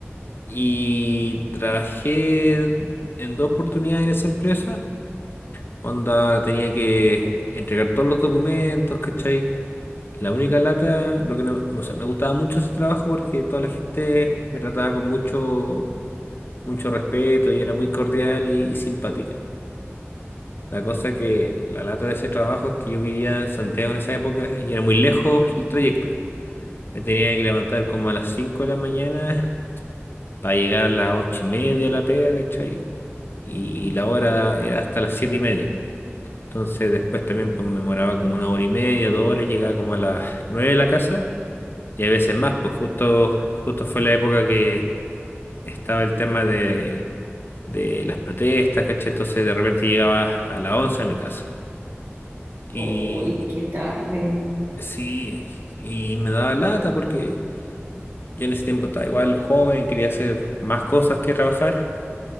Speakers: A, on the left; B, on the right.
A: Y trabajé en dos oportunidades en esa empresa. Onda tenía que entregar todos los documentos, ¿cachai? La única lata, lo que no, o sea, me gustaba mucho ese trabajo porque toda la gente me trataba con mucho, mucho respeto y era muy cordial y, y simpática. La cosa que la lata de ese trabajo es que yo vivía en Santiago en esa época y era muy lejos el trayecto. Me tenía que levantar como a las 5 de la mañana para llegar a las ocho y media a la pega, ¿cachai? Y la hora era hasta las siete y media. Entonces después también pues, me demoraba como una hora y media, dos horas, llegaba como a las nueve de la casa y a veces más, pues justo, justo fue la época que estaba el tema de, de las protestas, ¿cachai? Entonces de repente llegaba a las once a mi casa. Y
B: Uy, qué tarde.
A: sí, y me daba lata porque yo en ese tiempo estaba igual joven, quería hacer más cosas que trabajar.